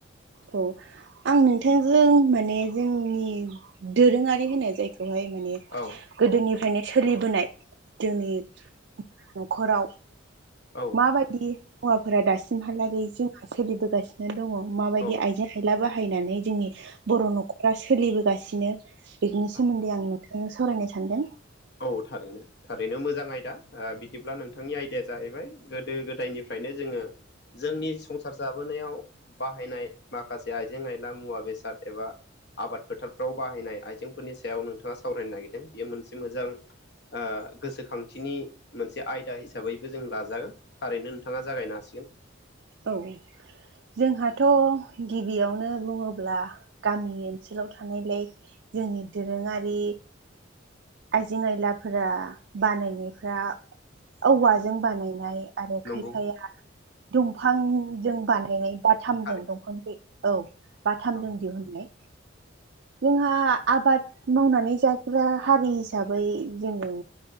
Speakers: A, on the right; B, on the left.
A: औ आं नोंथांजों माने जोंनि दोरोङारि होनो जायखौहाय माने
B: औ
A: गोदोनिफ्रायनो सोलिबोनाय जोंनि नखराव
B: औ
A: माबायदि हौवाफोरा दासिमहालागै जोंहा सोलिबोगासिनो दङ मा
B: औ
A: ने आइजें आयला बाहायनानै जोंनि बर' नखरा सोलिबोगासिनो बेनि
B: औ
A: सोमोन्दै आं नोंथांजों सावरायनो सानदों
B: औ थारैनो थारैनो मोजां आयदा ओ बिदिब्ला नोंथांनि आयदाया जाहैबाय गोदो गोदायनिफ्रायनो जोङो जोंनि संसार जाबोनायाव बाहायनाय माखासे आइजें आयला मुवा बेसाद एबा आबाद फोथारफ्राव बाहायनाय आइजेंफोरनि सायाव नोंथाङा सावरायनो नायगेरदों बेयो मोनसे मोजां ओ गोसोखांथिनि मोनसे आयदा हिसाबैबो जों लाजागोन थारैनो नोंथाङा जागायनो हासिगोन।
A: औ जोंहाथ' गिबियावनो बुङोब्ला गामि ओनसोलाव थानायलाय जोंनि दोरोङारि आइजें आयलाफोरा बानायनायफ्रा औवाजों बानायनाय आरो
B: नंगौ
A: खायफाया बिफांजों बानायनाय बाथामजों
B: थारै
A: दंफांखि <unintelligible> औ बाथामजों
B: औ
A: दिहुननाय
B: <inaudible>
A: जोंहा आबाद मावनानै जाग्रा हारि हिसाबै जोङो